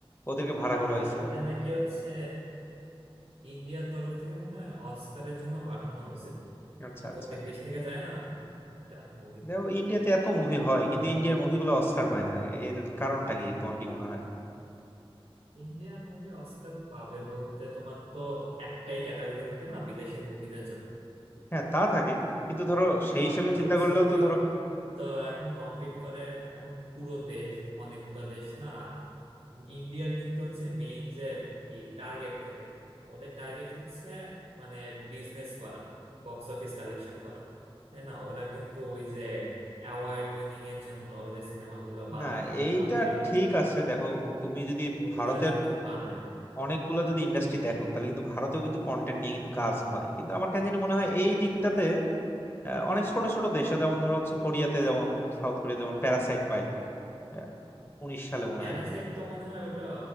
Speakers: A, on the left (about 25°); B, on the right (about 80°).
A: ওদেরকে
B: হ্যাঁ
A: ভাড়া করা
B: হ্যাঁ
A: হয়েছিল
B: আর ওইটা নাকি হচ্ছে ইন্ডিয়ার তরফ থেকে মানে অস্কারের জন্য পাঠানো হয়েছিল
A: আচ্ছা
B: মানে
A: আচ্ছা
B: প্রত্যেক দেশ থেকে যায় না একটা মুভি
A: দেখো ইন্ডিয়াতে এত
B: তো
A: মুভি হয় কিন্তু ইন্ডিয়ার মুভিগুলো অস্কার পায় না এর কারণটা কি তোমার কি মনে হয়
B: ইন্ডিয়ান মুভি অস্কার পাবে বলতে তোমার তো একটাই ক্যাটাগরি থাকে না বিদেশের মুভিদের জন্য
A: হ্যাঁ তা থাকে কিন্তু ধরো সেই
B: হ্যাঁ
A: হিসেবে
B: তো
A: চিন্তা
B: হচ্ছে
A: করলেও
B: ওই
A: তো
B: তো এখন কম্পিট করে এখন পুরো দেশ অনেকগুলা দেশ না ইন্ডিয়ার কিন্তু হচ্ছে মেইন যে কি টার্গেট থাকে ওদের টার্গেট হচ্ছে মানে বিজনেস করা বক্স অফিস কালেকশন করা তাই না ওরা কিন্তু ওই যে অ্যাওয়ার্ড উইনিং এর জন্য যে সিনেমাগুলো বানায়
A: না
B: বা
A: এইটা
B: কন্টেন্ট
A: ঠিক
B: হ্যাঁ
A: আছে দেখো তুমি যদি
B: ওগুলা
A: ভারতের
B: কিন্তু বানায় না
A: অনেকগুলো যদি ইন্ডাস্ট্রি দেখো তাহলে কিন্তু ভারতেও কিন্তু কন্টেন্ট নিয়ে কিন্তু কাজ হয় কিন্তু আমার কাছে জানি মনে হয় এই দিকটাতে আহ, অনেক ছোট ছোট দেশে যেমন ধরো হচ্ছে কোরিয়াতে যেমন সাউথ কোরিয়া যেমন প্যারাসাইট পাইলো আহ, উনিশ সালে মনে
B: প্যারাসাইট
A: হয়
B: তো মনে হয় ওটা